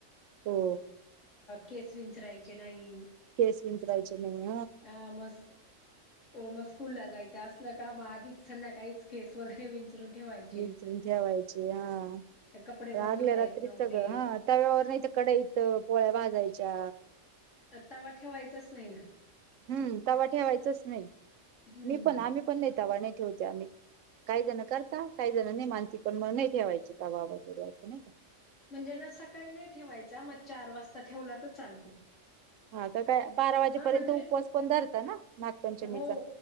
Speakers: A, on the right; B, on the left.
A: हो
B: केस विंचरायचे नाहीं.
A: केंस विंचरांयचे नाहीं.
B: हं मस्तं हो मंग स्कूंलला जायचं असलं कां मंग आधींच संध्या काहींचं केंस वगैरें विंचरून, ठेवायचे
A: हं ठेवांयची हां
B: कपडे पण
A: आधल्या
B: धुता
A: रात्री
B: येत नव्हते
A: सगळं हां त्यां तववर नाहींत कडईतं पोळ्यां भाजांयच्या
B: तवा ठेवायचाच नाही ना,
A: हम्म, तवा ठेवायचाच नाही
B: हम्म
A: मी पण आम्ही पण नाही तवा नाही ठेवते आम्ही. काही जण करता काही जण नाही मानती पण मग नाही ठेवायची तवा वगैरे असं नाही का
B: म्हणजे ना सकाळी नाही ठेवायचा मग चार वाजता ठेवला त चालतो.
A: हा का काय बारा वाजेपर्यत
B: हा म्हणजे
A: उपवास पण धरता ना नागपंचमीचा.
B: हो